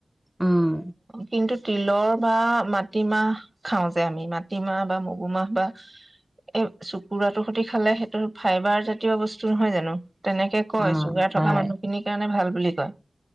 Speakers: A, in the centre; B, on the right (about 30°).
A: উম,
B: কিন্তু তিলৰ বা মাটিমাহ খাও যে আমি মাটিমাহ বা মগু মাহ বা এই চুকুৰাটোৰ সৈতে খালে সেইটো ফাইবাৰ জাতীয় বস্তু নহয় জানো তেনেকে কয়
A: অ',
B: চুগাৰ থকা
A: হয়
B: মানুহ খিনিৰ কাৰণে ভাল হয়